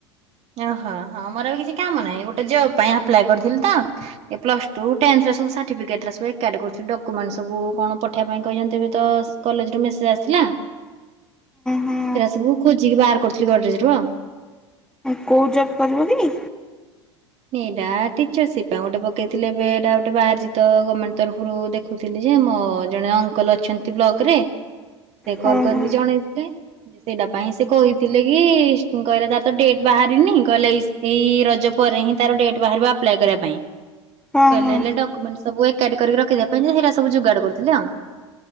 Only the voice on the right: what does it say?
ଏଅ ହ ହ ମୋର ବି କିଛି କାମ ନାହିଁ ଗୋଟେ ଜବ୍ ପାଇଁ ଆପ୍ଲାଏ କରିଥିଲି ତ ଏ ପ୍ଲସ୍ ଟୁ ଟେନ୍ଥର ସବୁ ସାର୍ଟିଫିକେଟରା ସବୁ ଏକାଠି କରୁଥିଲି ଡକ୍ୟୁମେଣ୍ଟ ସବୁ କଣ ପଠେଇବା ପାଇଁ କହିଚନ୍ତି ଏବେ ତ ସ୍ କଲେଜରୁ ମେସେଜ୍ ଆସିଥିଲା ସେରା
ସବୁ ଖୋଜିକି ବାହାର କରୁଥିଲି ଗଡରେଜରୁ ଆଉ।
ଏଇଟା ଟିଚର ସିପ୍ ପାଇଁ ଗୋଟେ ପକେଇଥିଲେ ଏବେ ଏଟା ଗୋଟେ ବାହାରିଚି ତ ଗର୍ମେଣ୍ଟ ତରଫୁରୁ ଦେଖୁଥିଲି ଯେ ମୋ ଜଣେ ଅଙ୍କଲ ଅଛନ୍ତି ବ୍ଲକରେ ସେ
କଲ୍ କରିକି
ଜଣେଇଥିଲେ ଯେ ସେଇଟା ପାଇଁ ସେ କହିଥିଲେ କି ସ୍ କହିଲେ ତାର ତ ଡେଟ୍ ବାହାରିନି କହିଲେ ଏଇ ସି ରଜ ପରେ ହିଁ ତାର ଡେଟ୍ ବାହାରିବ ଆପ୍ଲାଏ କରିବା ପାଇଁ।
କହିଲେ
ହେଲା ଡକୁମେଣ୍ଟସ୍ ସବୁ ଏକାଠି କରିକି ରଖିଦେବା ପାଇଁ ଯେ ମୁଁ ସେଇଟା ସବୁ ଯୋଗାଡ କରୁଥିଲେ ଆଉ।